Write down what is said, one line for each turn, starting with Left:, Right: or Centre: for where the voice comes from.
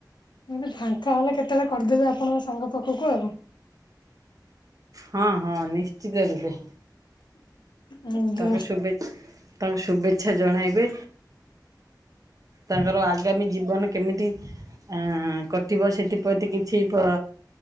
Left: ମୁଁ କହିଲି ଫାଙ୍କା ହେଲେ କେତେବେଳେ କରିଦେବେ ଆପଣଙ୍କ ସାଙ୍ଗ ପାଖକୁ ଆଉ।
Right: ହଁ ହଁ ନିଶ୍ଚିତ ରୂପେ।
Left: ଆଜ୍ଞା
Right: ତାଙ୍କୁ ଶୁଭେ ତାଙ୍କୁ ଶୁଭେଚ୍ଛା ଜଣାଇବେ। ତାଙ୍କର ଆଗାମୀ ଜୀବନ କେମିତି ଆଁ କଟିବ ସେଥିପ୍ରତି କିଛି ପ